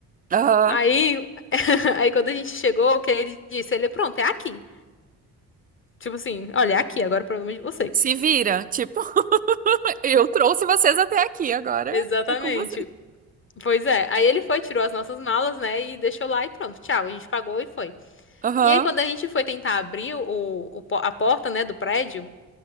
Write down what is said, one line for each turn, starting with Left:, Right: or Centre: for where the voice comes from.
Right: Aham.
Left: Aí, <laughs> aí quando a gente chegou, o que ele disse? Ele, pronto, é aqui. Tipo assim, olha, é aqui, agora é o problema é de vocês.
Right: Se vira, tipo, <laughs> eu trouxe vocês até aqui, agora
Left: Exatamente.
Right: é com vocês.
Left: Pois é. Aí ele foi, tirou as nossas malas, né? E deixou lá e pronto, tchau. A gente pagou e foi.
Right: Aham.
Left: E aí, quando a gente foi tentar abrir o, o po- a porta, né, do prédio,